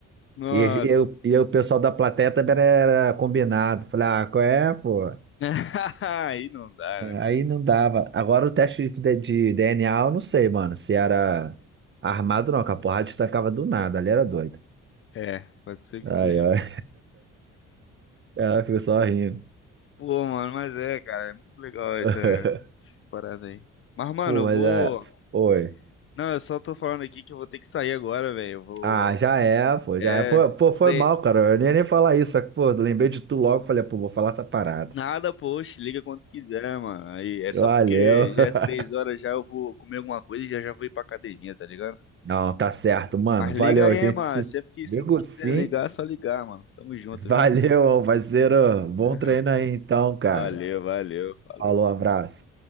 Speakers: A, on the left (about 45°); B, on the right (about 40°).
A: Nossa.
B: E eu, e o pessoal da plateia também era, era combinado. Falei, ah, qual é, pô?
A: <laughs> Aí não dá, né?
B: Aí não dava. Agora o teste de, de DNA, eu não sei, mano, se era armado ou não, que a porrada destacava do nada. Ali era doido.
A: É, pode ser que
B: Ai,
A: seja
B: ai. Ela ficou só rindo.
A: Pô, mano, mas é, cara, é muito legal essa
B: <laughs>
A: parada aí. Mas, mano,
B: Pô,
A: eu
B: mas
A: vou.
B: é. Oi.
A: Não, eu só tô falando aqui que eu vou ter que sair agora, velho. Eu vou.
B: Ah, já é, pô,
A: É.
B: já é. Foi, pô, foi
A: Tre...
B: mal, cara. Eu nem ia nem falar isso, só que, pô, eu lembrei de tu logo. Falei, pô, vou falar essa parada.
A: Nada, poxa, liga quando quiser, mano. Aí é só
B: Valeu.
A: porque já
B: <laughs>
A: é três horas já eu vou comer alguma coisa e já já vou ir pra academia, tá ligado?
B: Não, tá certo, mano.
A: Mas
B: Valeu,
A: liga aí,
B: a gente.
A: mano.
B: Se
A: Sempre que sempre
B: pegou
A: quiser
B: sim.
A: ligar, é só ligar, mano. Tamo junto,
B: Valeu,
A: viu?
B: parceiro. Bom
A: <laughs>
B: treino aí, então, cara.
A: Valeu, valeu. Falou.
B: Falou, abraço.